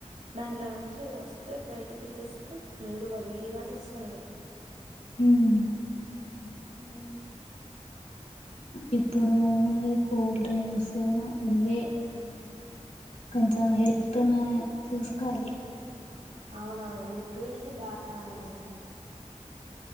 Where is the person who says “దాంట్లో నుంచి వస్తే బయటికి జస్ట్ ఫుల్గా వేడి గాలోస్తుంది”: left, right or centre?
Right